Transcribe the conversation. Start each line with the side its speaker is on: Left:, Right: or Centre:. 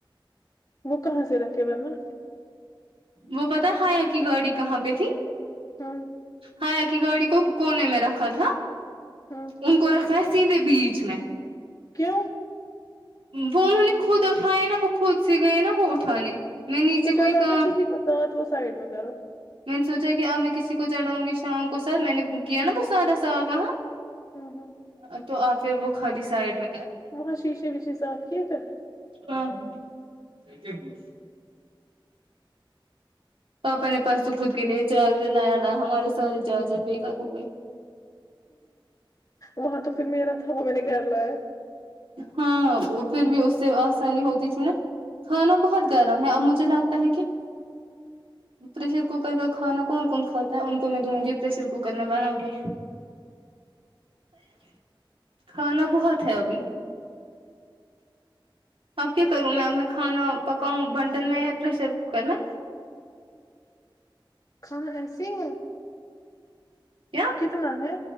Left: وہ کہاں سے رکھے گا نہ
Right: وہ پتا ہے حیا کی گاڑی کہاں پہ تھی
Left: ہوں
Right: حیا کی گاڑی کو کونے میں رکھا تھا
Left: ہاں
Right: ان کو رکھا ہے سیدھے بیچ میں
Left: کیوں
Right: وہ انہوں نے خود اٹھایا ہے نا وہ خود سے گئے ہے نا وہ اٹھانے میں نیچے
Left: تو چڑھاؤ
Right: کوئی کام
Left: نا کسی کو ساتھ وہ سائڈ میں کرو
Right: میں نے سوچا کہ اب میں کسی کو چڑاؤں گی شام کو سر میں نے کیا نا وہ سارا صاف وہاں
Left: ہ
Right: اب تو آپ پھر وہ خالی سائڈ میں کر لیں
Left: وہاں شیشے ویشے صاف کیے تھے
Right: ہاں <unintelligible> پاپا نے پرسوں خود کے لیے چارجر نیا لایا ہمارے سارے چارجر بےکار ہوگئے
Left: وہاں تو پھر میرا تھا وہ میں نے گھر لایا
Right: ہاں پھر بھی اس سے آسانی ہوتی تھی نا کھانا بہت گرم ہے اور مجھے لگتا ہے کہ پریشر کوکر کا کھانا کون کون کھاتا ہے ان کو میں دوں گی پریشر کوکر میں بنا کے کھانا بہت ہے ابھی اب کیا کروں میں اب میں کھانا پکاؤں بنٹن میں یا پریشر کوکر میں
Left: کھانا ایسے ہے
Right: کیا
Left: کتنا ہے